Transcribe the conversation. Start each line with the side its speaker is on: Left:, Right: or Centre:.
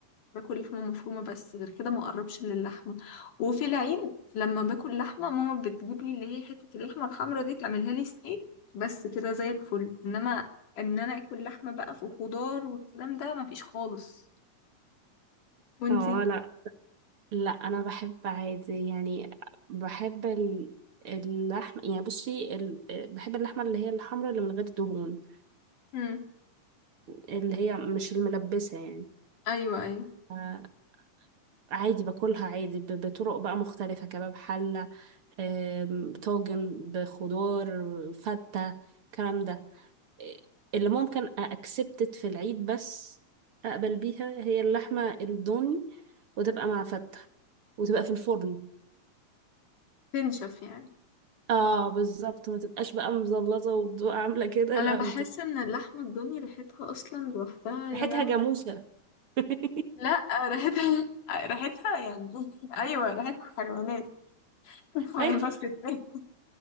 Left: باكل لحمة مفرومة بس غير كده ما أقربش للحمة وفي العيد لما باكل لحمة ماما بتجيب لي اللي هي حتة اللحمة الحمرا دي تعملها لي ستيك بس كده زي الفل إنما إن أنا آكل لحمة بقى في خضار والكلام ده مفيش خالص وانتي؟
Right: اه لا لا انا بحب عادي يعني بحب ال- اللحم يعني بصي ال... بحب اللحمة اللي هي الحمراء اللي من غير دهون
Left: مم.
Right: اللي هي مش الملبسة يعني
Left: أيوه أيوه
Right: آه، عادي باكلها عادي ب- بطرق بقى مختلفة كباب حلة آم، طاجن بخضار فتة الكلام ده اللي ممكن أكسبتت في العيد بس أقبل بيها هي اللحمة الضاني وتبقى مع فتة وتبقى في الفرن
Left: تنشف يعني
Right: اه بالظبط ما تبقاش بقى مزلطة وبتبقى عاملة كده
Left: انا
Right: لا
Left: بحس
Right: بتبقى
Left: ان اللحمه الضاني ريحتها اصلا لوحدها يا
Right: ريحتها
Left: لهوي
Right: جاموسة <laughs>
Left: لا ريحتها ريحتها يعني <laughs> ايوه ريحتها حيوانات <laughs> ما
Right: ايوه
Left: ينفعش تتاكل